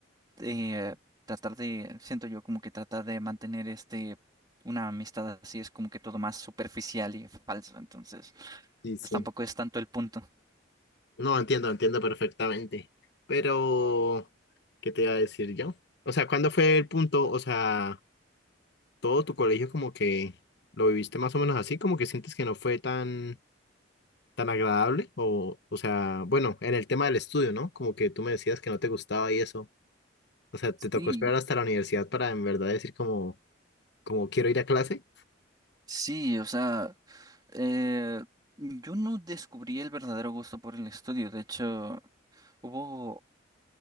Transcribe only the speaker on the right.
eh, tratar de, siento yo como que tratar de mantener este una amistad así es como que todo más superficial y falso. Entonces,
pues tampoco es tanto el punto.
Sí,
Sí, o sea, eh, yo no descubrí el verdadero gusto por el estudio. De hecho, hubo